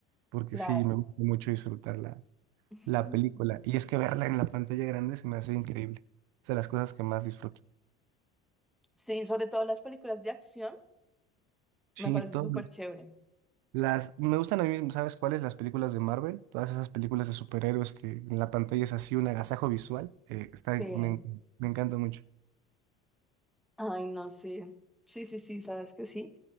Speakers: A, on the right; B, in the centre.
A: porque
B: claro.
A: sí me gusta mucho disfrutar la,
B: <laughs>
A: la película. Y es que verla en la pantalla grande se me hace increíble. Es de las cosas que más disfruto.
B: Sí, sobre todo las películas de acción,
A: Sí,
B: me parece
A: todo.
B: súper chévere.
A: Las, me gustan a mí, ¿sabes cuáles? Las películas de Marvel, todas esas películas de superhéroes que en la pantalla es así un agasajo visual, eh, está,
B: Sí.
A: me, me encanta mucho.
B: Ay, no sí. Sí, sí, sí, sabes que sí.